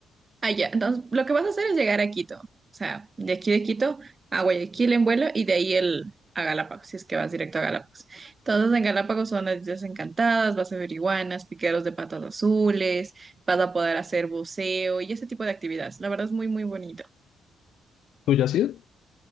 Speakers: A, on the right; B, on the left.
A: Allá, entonces lo que vas a hacer es llegar a Quito, o sea, de aquí de Quito a Guayaquil en vuelo y de ahí el, a Galápagos, si es que vas directo a Galápagos. Entonces en Galápagos son las Islas Encantadas, vas a ver iguanas, piqueros de patas azules, vas a poder hacer buceo y ese tipo de actividades. La verdad es muy, muy bonito.
B: ¿Tú ya has ido?